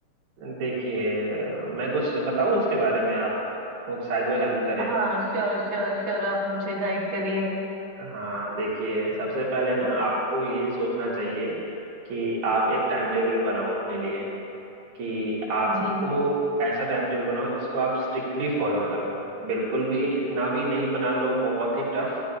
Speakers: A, on the right; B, on the right.
A: देखिए मैं कुछ बताऊं इसके बारे में आप वो शायद वो हेल्प करे
B: हाँ श्योर श्योर श्योर आप मुझे गाइड करिए
A: हाँ देखिए सबसे पहले ना आपको ये सोचना चाहिए कि आप एक टाइम टेबल बनाओ अपने लिए कि आपको
B: जी
A: ऐसा टाइम टेबल बनाओ जिसको आप स्ट्रिक्टली फॉलो करो बिल्कुल भी इतना भी नहीं बना लो बहुत ही टफ